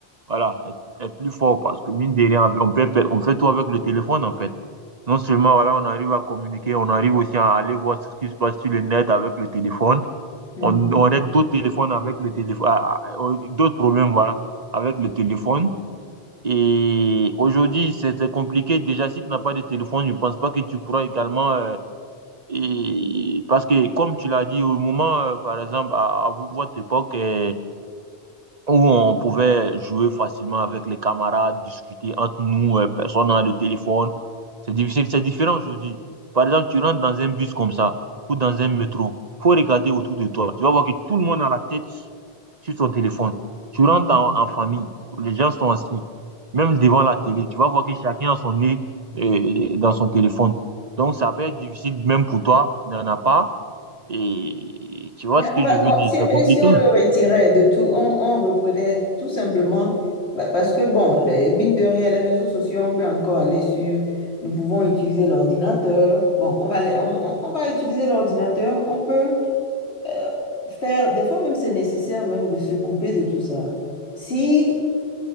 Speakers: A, on the right (about 40°); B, on the left (about 90°).
A: Voilà, est, est plus fort parce que mine de rien, on peut, faire- on fait tout avec le téléphone en fait. Non seulement voilà, on arrive à communiquer, on arrive aussi à aller voir tout ce qui se passe sur le net avec le téléphone.
B: Mhm,
A: On, on règle d'autres téléphones avec le téléphone, ah, ah, euh, d'autres problèmes voilà, avec le téléphone. Et aujourd'hui, c'est c'est compliqué. Déjà, si tu n'as pas de téléphone, je ne pense pas que tu pourras également euh, et parce que, comme tu l'as dit, au moment, euh, par exemple, à, à votre époque, euh, où on pouvait jouer facilement avec les camarades, discuter entre nous, euh, personne n'a le téléphone. C'est difficile, c'est différent aujourd'hui. Par exemple, tu rentres dans un bus comme ça ou dans un métro, faut regarder autour de toi. Tu vas voir que tout le monde a la tête sur son téléphone. Tu
B: mhm.
A: rentres en, en famille, les gens sont assis, même devant la télé. Tu vas voir que chacun a son nez euh, dans son téléphone. Donc, ça peut être difficile même pour toi qui n'en as pas. Et tu vois
B: On
A: ce que
B: va-
A: je veux
B: on-
A: dire,
B: si,
A: c'est
B: et
A: compliqué.
B: si on le retirait de tout, on, on reprenait tout simplement, bah, parce que bon, les, mine de rien, les réseaux sociaux, on peut encore aller sur, nous pouvons utiliser l'ordinateur. Bon, on va, aller- on, on- on va utiliser l'ordinateur, on peut euh, faire, des fois même c'est nécessaire même de se couper de tout ça. Si